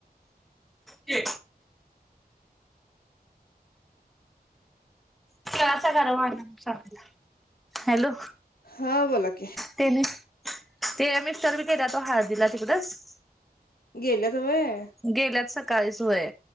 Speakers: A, in the centre; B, on the left.
A: के तीळाचा गाडवा आणा म्हणुन सांगा तिला, हॅलो.
B: हा बोलाक
A: तेनी ते मिस्टर बी गेल्यात ओ हळदीला तिकडंच
B: गेल्यात व्हय
A: गेल्यात सकाळीच व्हय.